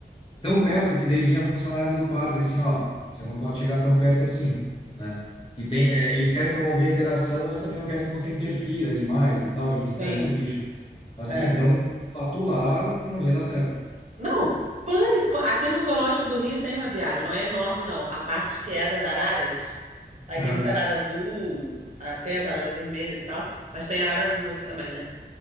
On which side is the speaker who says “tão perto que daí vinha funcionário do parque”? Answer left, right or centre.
Left